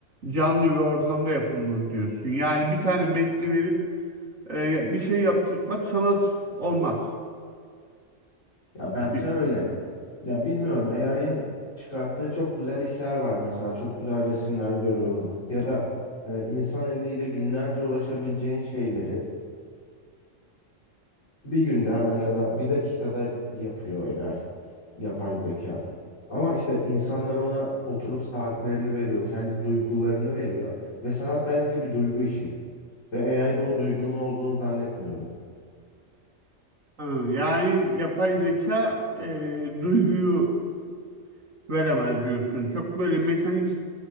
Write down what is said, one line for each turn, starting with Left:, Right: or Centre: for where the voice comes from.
Right: Canlı bir ortamda yapılmalı diyorsun. Yani bir tane metni verip e, bir şey yaptırtmak sanat olmaz
Left: Ya bence
Right: ki.
Left: öyle. Ya bilmiyorum AI'ın çıkarttığı çok güzel işler var mesela. Çok güzel resimler görüyorum. Ya da e, insan eliyle günlerce uğraşabileceğin şeyleri Bir günde hemen ya da bir dakikada yapıyor AI, yapay zeka. Ama işte insanlar ona oturup saatlerini veriyor, kendi duygularını veriyor. Ve sanat bence bir duygu işi. Ve AI'de o duygunun olduğunu zannetmiyorum.
Right: Ha, Yani yapay zeka e, duyguyu veremez diyorsun. Çok böyle mekanik